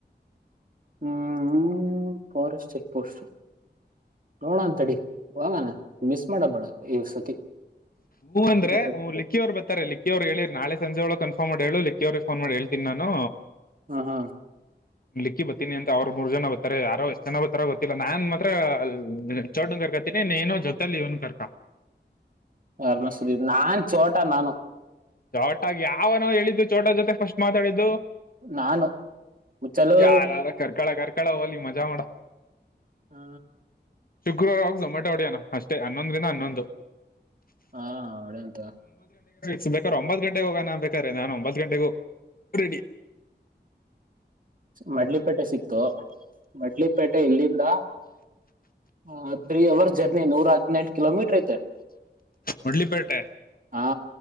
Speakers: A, on the right; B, on the left.
A: ಹ್ಮ್ ಫಾರೆಸ್ಟ್ ಚೆಕ್ ಪೋಸ್ಟ್. ನೋಡ ಅಂತಡಿ ವಾಗಣ ಮಿಸ್ ಮಾಡ ಬೇಳ ಈ ಸತಿ.
B: ಹೂ ಅಂದ್ರೆ
A: ಹ್ಮ್
B: ಹ್ಿಕ್ಕಿಯ್ ಬತಾರೆ ಲಿಕ್ಕಿಯ್ರು ಹೇಳಿರಿ ನಾಳೆ ಸಂಜೆ ಒಳಗೆ ಅನ್. ಫನ್ ಮಾಡಿ ಹೇಳ ಿವ ಫನ್ ಮಾಡಿ ಹೇಳ್ೀನಿ ನಾನು.
A: ಹ್ಮ ಹಾ.
B: ಲಿಕ್ಕಿ ಬತೀನಿ ಅಂತ ಅವ್ರರು ಮೂರ್ ಜನ ಬತಾರೆ ಯಾರೋ ಎಷ್ಟ್ ಜನ ಬತಾರ ಗೊತ್ತಿಲ್ಲ ನಾನ್ ಮಾತ್ರ ಅ. ಚೊಡ್ ಕರ್ಕ ತಿಿ ನೇನುೋ ಜೊತೆ ಲನು ಕರ್ಕಾ.
A: ಅರ್ಣ ಸುದೀಪ್ ನಾನ್ ಚೋಟಾ ನಾನು.
B: ಚೋಟಾಗಿ ಯಾವನೋ ಹೇಳಿದ್ದು ಚೋಟ ಜೊತೆ ಫಸ್ಟ್ ಮಾತಾಡಿದ್ದು.
A: ನಾನು ಮುಚ್ಚಲು
B: ಯಾರ ಯಾರ ಕಕಡ ಕಕಡ ಒಲಿ ಮಜಾ ಮಾಡ
A: ಹ್ಮ.
B: ಶುಕ್ರವಾರ ಹೋಗಿ ಝೊಮೆಟೊ ಹೊಡಿಯೋಣ ಅಷ್ಟೇ ಹನ್ನೊಂದರಿಂದ ಹನ್ನೊಂದು.
A: ಹಾ ಅವಡಂತ.
B: ಸ ಬೇಕಾದ್ರ ಒಂಬತ್ ಗಂಟೆಗೆಗ ಹೋಗಣ ನನ್ ಬೇಕ್ರೆ ನಾನು ಒಂಬತ್ ಗಂಟೆಗೂ ರೆಡಿ.
A: ಮಡ್ಲಿಪೇಟೆ ಸಿಕ್ತು ಮಡ್ಲಿಪೇಟೆ ಇಲ್ಲಿಂದ ಹ ತ್ರೀ ಅವರ್ ಜರ್ನ ನೂರ ಅತ್ಿನ ಕಿಲೋಮೀಟರ್ ಇತೆ
B: ಮುಡ್ಲಿಪೇಟೆ
A: ಹಾ